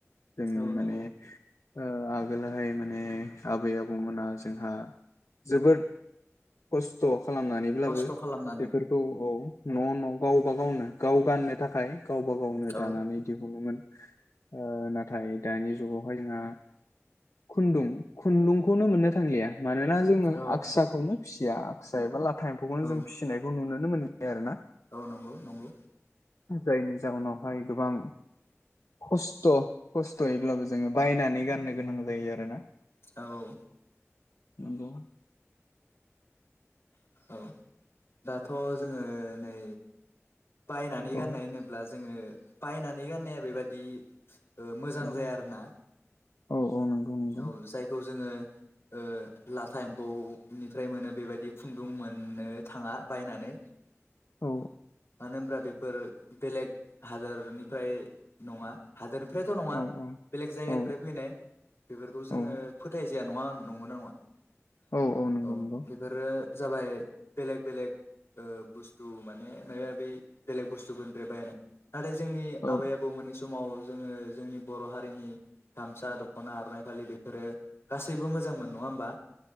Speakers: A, on the left; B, on the left.
A: जोंनि
B: औ
A: माने
B: नंगौ
A: ओ आ गोलहाय माने आबै आबौमोना जोंहा जोबोद खस्थ' खालामनानैब्लाबो
B: खस्थ' खालामनानै
A: बेफोरखौ औ न' न' गावबा गावनो गाव गाननो थाखाय गावबा गावनो
B: औ
A: दानानै दिहुनोमोन ओ नाथाय दानि जुगावहाय जोंहा खुन्दुं खुन्दुंखौनो मोननो थांलिया मानोना जोंङो
B: औ
A: आगसाखौनो फिसिया आगसा एबा लाथा एम्फौखौनो
B: औ
A: जों फिसिनायखौ नुनो नुनो मोनलिया आरोना
B: औ नंगौ नंगौ
A: जायनि जाउनावहाय गोबां खस्थ' खस्थ'यैब्लाबो जोंङो बायनानै गाननो गोनां जायो आरोना।
B: औ औ
A: नंगौ
B: औ दाथ' जोंङो नै बायनानै
A: औ
B: गाननाय होनोब्ला जोंङो बायनानै गाननाया बेबादि ओ मोजां
A: औ
B: जाया आरोना
A: औ औ नंगौ नंगौ
B: औ जायखौ जोंङो ओ लाथा एम्फौनिफ्राय मोनो बेबायदि खुन्दुं मोननो थाङा बायनानै‌
A: औ
B: मानो होनबा बे फोर बेलेग हादोरनिफ्राय नंङा हादोर फ्रायथ' नंङा
A: औ
B: बेलेग जायगानिफ्राय
A: औ
B: फैनाय बेफोरखौ जोंङो
A: औ
B: फोथाय जा या नङा नंगौ ना नङा
A: औ नंगौ
B: औ
A: नंगौ
B: बेफोरो जाबाय बेलेग बेलेग ओ बुस्थु माने मायबा मायबि बेलेग बुस्थुफोरनिफ्राय बायनाय नाथाय जोंनि
A: औ
B: आबै आबौमोननि समाव जोंङो जोंनि बर' हारिनि गामसा दख ख'ना आरनाय फालि बेफोरो गासैबो मोजां मोन नङा होमबा